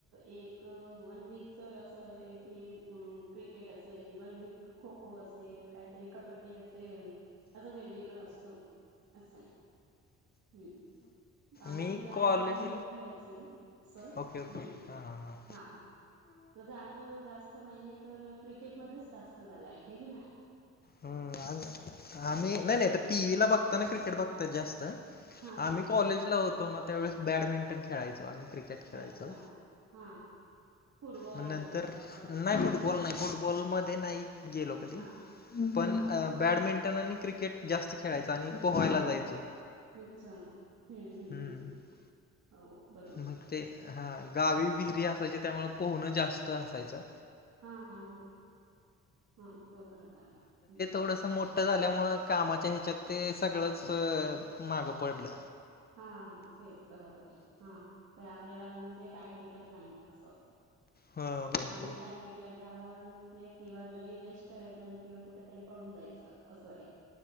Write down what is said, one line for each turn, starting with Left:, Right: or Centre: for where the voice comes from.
Right: एक वन वीक तर असं आहे की, क्रिकेट असेल वन वीक खो खो असेल, काहीतरी कबड्डी असेल, असं वेगवेगळां असतो. असं हाय. हू आम्ही
Left: मी
Right: लहानप्रमाणे
Left: कॉलेज
Right: खेळायचे असं.
Left: ओके ओके
Right: हू
Left: हां हां हां
Right: हा, तसं आजकाल जास्त महिने तर क्रिकेट मध्येच जास्त झालाय हे की नाय.
Left: हां. आमी आम्ही नाही नाही, तर टी व्ही ला बघता ना क्रिकेट बघतात जास्त.
Right: हा
Left: आम्ही
Right: हा
Left: कॉलेजला
Right: हा
Left: होतो ना, त्यावेळेस बॅडमिंटन खेळायचो आम्ही. क्रिकेट तेन खेळायचं
Right: अच्छा हा फुटबॉल
Left: मग
Right: वगैरे
Left: नंतर,
Right: व्हॉलीबॉल
Left: नाही फुटबॉल नाही फुट बॉलमध्ये नाही गेलो कधी.
Right: हा हा
Left: पण
Right: हा हा
Left: बॅडमिंटन आणि क्रिकेट जास्त खेळायचो आणि पोहायला जायचो.
Right: अच्छा हू हू
Left: हम्म
Right: हू. हो बरोबर
Left: मग ते हा गावी विहिरी असायच्या त्यामूळ पोहण जास्त असायचं.
Right: हा हा हा हा. हा तो बरोबर कशो करे हम्म.
Left: थोडस मो ठ झाल्यामुळं कामाच्या ह्याच्यात ते सगळंच मागं पडलं.
Right: हा हा तेच बरोबर ये, हा. तर आपल्याला म्हणजे टाइम भेटत नाही असं
Left: हो हो
Right: आणि
Left: हो
Right: टाइम भेट गे आवा म्हणजे किंवा जरी रेस्ट करायचं आणि किंवा कुठ तरी पडून जायचं असं आहे.